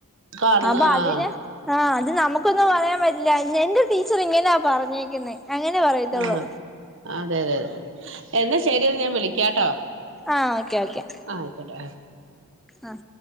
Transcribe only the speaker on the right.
കാണുന്ന
ആഹ്
ആഹ് അതെ അതെതെ എന്നാ ശരിയെന്ന് ഞാൻ വിളിക്കാട്ടോ.
ആഹ് ആയിക്കോട്ടെ ആഹ്